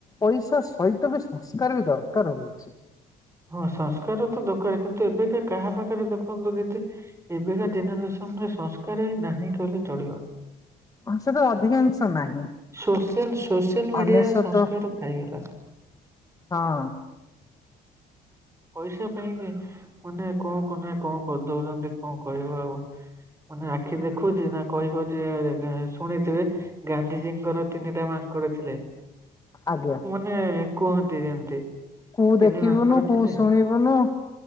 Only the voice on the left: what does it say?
ପଇସା ସହିତ ବି ସଂସ୍କାର ବି ଦରକାର ହଉଚି।
ମାଂସଟା ଅଧିକାଂଶ ନାହିଁ।
ଅନେଶତ
ହଁ
ଆଜ୍ଞା।
କୁ
ଦେଖିବୁନୁ
କୁ
ଶୁଣିବୁନୁ